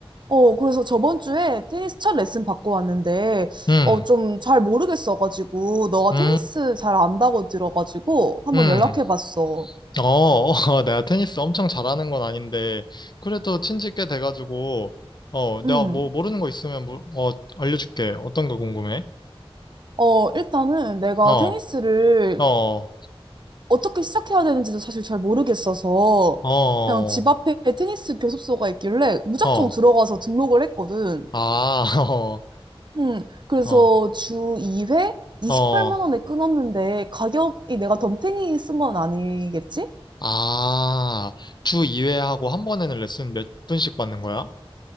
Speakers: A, on the right; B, on the left.
A: 어, 그래서 저번 주에 테니스 첫 레슨 받고 왔는데
B: 응,
A: 어, 좀 잘 모르겠어가지고 너가
B: 응,
A: 테니스 잘 안다고 들어가지고 한번
B: 응.
A: 연락해봤어.
B: 어, <laughs> 어, 내가 테니스 엄청 잘하는 건 아닌데, 그래도 친지 꽤 돼가지고, 어, 내가
A: 음.
B: 뭐 모르는 거 있으면, 물- 어, 알려줄게. 어떤 거 궁금해?
A: 어, 일단은 내가
B: 어,
A: 테니스를
B: 어,
A: 어떻게 시작해야 되는지도 사실 잘 모르겠어서
B: 어,
A: 그냥 집 앞에 테니스 교습소가 있길래 무작정
B: 어,
A: 들어가서 등록을 했거든.
B: 아, <laughs> 어,
A: 음, 그래서
B: 어,
A: 주 2회 28만
B: 어,
A: 원에 끊었는데 가격이 내가 덤탱이 쓴 건 아니겠지?
B: 아, 주 2회 하고 한 번에는 레슨 몇 분씩 받는 거야?